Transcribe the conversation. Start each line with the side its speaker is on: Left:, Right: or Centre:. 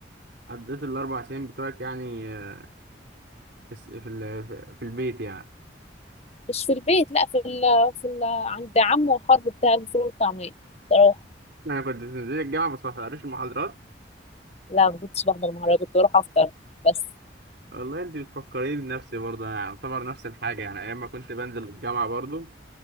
Right: قضيت الاربع سنين بتوعك يعني آه، في الس- في ال- في البيت يعني
Left: مش في البيت لا في ال في ال عند عمه وخال بتاع الفول والطعمية بروح
Right: انا كنت بنزل الجامعة بس ما بحضرش المحاضرات
Left: لا ما كنتش بحضر مهرجان كنت بروح افطر بس
Right: والله انت بتفكريني بنفسي برضه انا اعتبر نفس الحاجه يعني ايام ما كنت بنزل الجامعه برضه